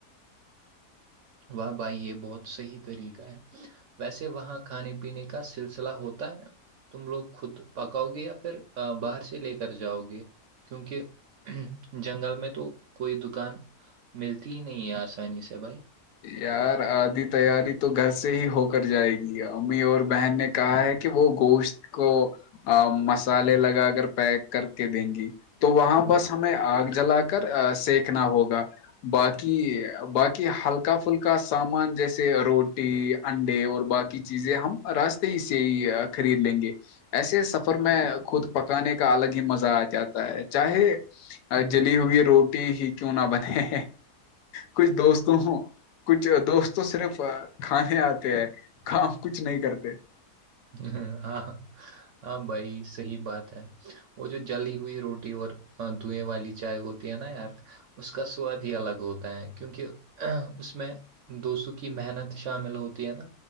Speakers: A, on the right (about 65°); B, on the left (about 80°).
A: واہ بھائی یہ بہت صحی طریقہ ہے ویسے وہاں کھانے پینے کا سلسلہ ہوتا ہے تم لوگ خود پکاؤ گے یا پھر باہر سے لے کر جاؤ گے کیونکہ جنگل میں تو کوئی دکان ملتی ہی نہیں ہے آسانی سے بس
B: یار آدھی تیاری تو گھر سے ہی ہو کر جائے گی امی اور بہن نے کہا ہے کہ وہ گوشت کو مسالے لگا کر پیک کر کے دیں گی تو وہاں بس ہمیں آگ جلا کر سینکنا ہوگا باقی باقی کہ ہلکا پھلکا سامان جیسے روٹی انڈے اور باقی چیزیں ہم راستے ہی سے ہی خرید لیں گے ایسے سفر میں خود پکانے کا الگ ہی مزہ آ جاتا ہے چاہے جلی ہوئی روٹی ہی کیوں نہ بنے کچھ دوست تو کچھ دوستوں صرف کھانے آتے ہے کام کچھ نہیں کرتے
A: ہاں ہاں بھائی صحی بات ہے وہ جو جلی ہوئی روٹی اور دوئیں والی چائے ہوتی ہے نا یار اس کا سواد ہی الگ ہوتا ہے کیونکہ اس میں دو سو کی محنت شامل ہوتی ہے نا